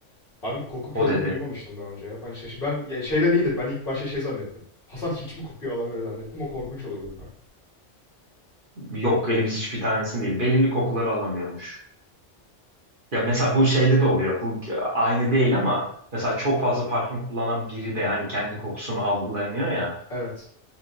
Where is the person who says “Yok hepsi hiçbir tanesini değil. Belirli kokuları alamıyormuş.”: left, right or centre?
Right